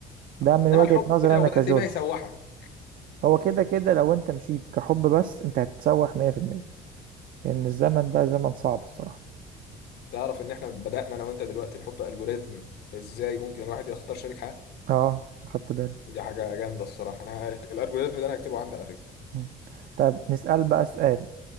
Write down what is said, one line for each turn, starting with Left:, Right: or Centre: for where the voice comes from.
Right: ده من
Left: إنما
Right: وجهة
Left: الحب
Right: نظري
Left: لو
Right: انا
Left: بدأت
Right: كجورج
Left: بيه هيسوحك
Right: هو
Left: مم.
Right: كده كده لو انت مشيت كحب بس انت هتتسوح 100% لان الزمن ده زمن صعب الصراحة
Left: تعرف إن إحنا بدأنا أنا وأنت دلوقتي نحط ألجوريزم إزاي ممكن الواحد يختار شريك حياة
Right: اه خدت بالي
Left: دي حاجة جامدة الصراحة أنا ه- الألجوريزم ده أنا هكتبه عندي على فكرة
Right: مم. طيب نسأل بقى سؤال